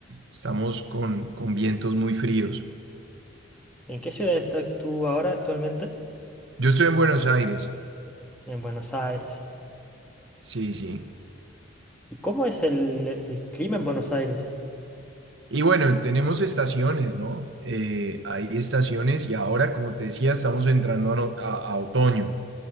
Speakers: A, on the right (about 65°); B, in the centre.
A: estamos con, con vientos muy fríos.
B: ¿En qué ciudad estás tú ahora actualmente?
A: Yo estoy en Buenos Aires,
B: En Buenos Aires.
A: sí, sí.
B: ¿Y cómo es el, el clima en Buenos Aires?
A: Y bueno, tenemos estaciones, ¿no? Eh, hay estaciones y ahora, como te decía, estamos entrando a no- a- a otoño.